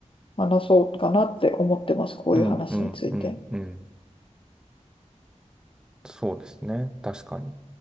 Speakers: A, on the left; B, in the centre.
A: 話そうかなって思ってます。こういう話について。
B: うん、うん、うん、うん。そうですね。確かに。